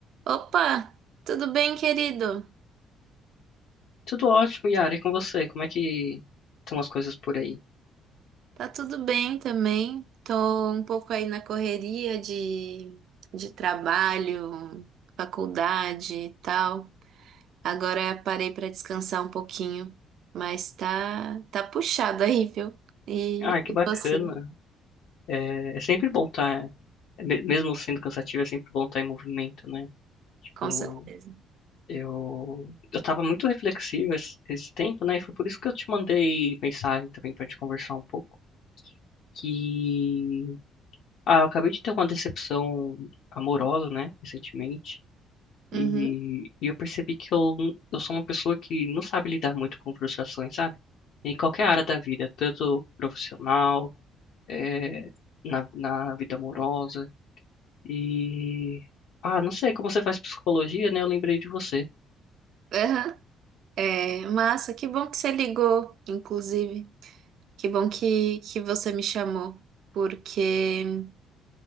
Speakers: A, on the right; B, on the left.
A: Opa, tudo bem, querido?
B: Tudo ótimo, Yara, e com você? Como é que estão as coisas por aí?
A: Tá tudo bem também. Tô um pouco aí na correria de, de trabalho, faculdade e tal. Agora parei pra descansar um pouquinho, mas tá tá puxado aí, viu? E,
B: Ah, que
A: e
B: bacana.
A: você,
B: É, é sempre bom estar, mesmo sendo cansativo, é sempre bom estar em movimento, né? Tipo,
A: com certeza.
B: eu, eu tava muito reflexivo esse, esse tempo, né? E foi por isso que eu te mandei mensagem também pra gente conversar um pouco. Que, ah, eu acabei de ter uma decepção amorosa, né? Recentemente.
A: Uhum.
B: E, e eu percebi que eu, eu sou uma pessoa que não sabe lidar muito com frustrações, sabe? Em qualquer área da vida, tanto profissional, eh, na, na vida amorosa. E. Ah, não sei, como você faz psicologia, né? Eu lembrei de você.
A: Aham. É, massa, que bom que você ligou, inclusive. Que bom que, que você me chamou, porque